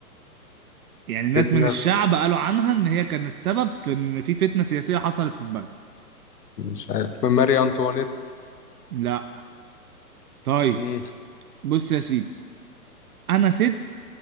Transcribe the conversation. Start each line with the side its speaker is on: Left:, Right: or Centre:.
Right: يعني ناس
Left: فتنة
Right: من الشعب قالوا عنها ان هي كانت سبب في ان في فتنة سياسية حصلت في البلد
Left: مش عارف ماري أنطوانيت
Right: لا طيب
Left: مم.
Right: بص يا سيدي انا ست